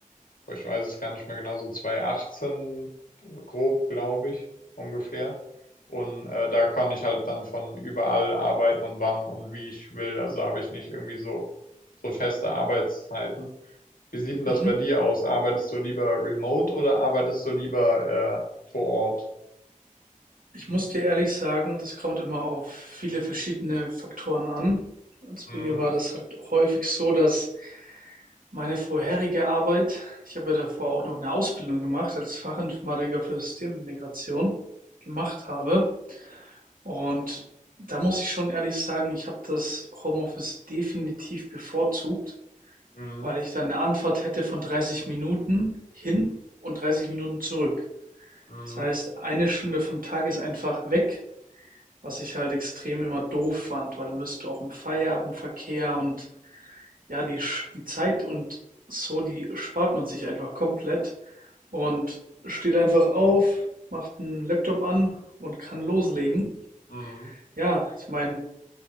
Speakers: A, on the left; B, on the right.
A: boah, ich weiß es gar nicht mehr genau, so 2018 grob, glaube ich, ungefähr. Und äh, da kann ich halt dann von überall arbeiten und wann und wie ich will. Also habe ich nicht irgendwie so so feste Arbeitszeiten. Wie sieht denn das
B: Mhm.
A: bei dir aus? Arbeitest du lieber remote oder arbeitest du lieber äh, vor Ort?
B: Ich muss dir ehrlich sagen, das kommt immer auf viele verschiedene Faktoren an. Also
A: Mhm.
B: bei mir war das halt häufig so, dass Meine vorherige Arbeit, ich habe ja davor auch noch eine Ausbildung gemacht als Fachinformatiker für Systemintegration gemacht habe. Und da muss ich schon ehrlich sagen, ich habe das Homeoffice definitiv bevorzugt,
A: Mhm.
B: weil ich dann eine Anfahrt hätte von 30 Minuten hin und 30 Minuten zurück.
A: Mhm.
B: Das heißt, eine Stunde vom Tag ist einfach weg. Was ich halt extrem immer doof fand, weil dann bist du auch im Feierabendverkehr und ja, die, die Zeit und so, die spart man sich einfach komplett und steht einfach auf, macht einen Laptop an und kann loslegen.
A: Mhm.
B: Ja, ich meine,